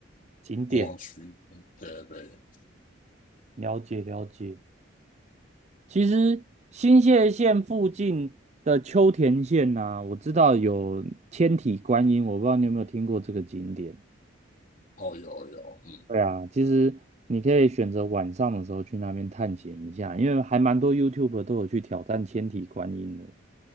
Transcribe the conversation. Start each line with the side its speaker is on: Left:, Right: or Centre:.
Right: 景点，
Left: 观光区。嗯，对对对，
Right: 了解了解。其实新泻县附近的秋田县呐、我知道有千体观音，我不知道你有没有听过这个景点。
Left: 哦有有，嗯
Right: 对啊，其实你可以选择晚上的时候去那边探险一下，因为还蛮多 YouTube 都有去挑战千体观音的。